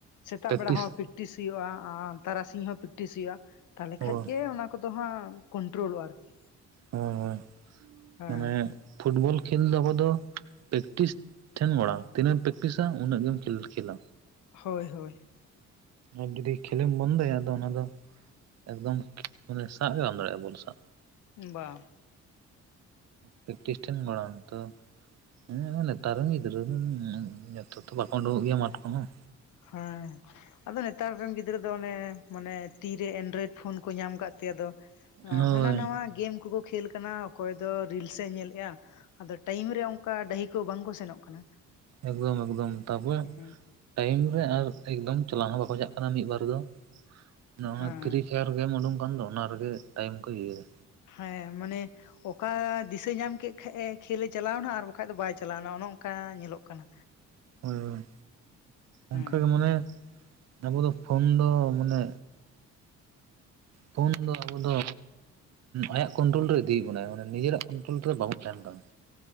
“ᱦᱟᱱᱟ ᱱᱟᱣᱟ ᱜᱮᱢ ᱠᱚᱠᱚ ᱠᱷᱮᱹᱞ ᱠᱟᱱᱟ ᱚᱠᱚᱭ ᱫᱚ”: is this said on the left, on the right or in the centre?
Left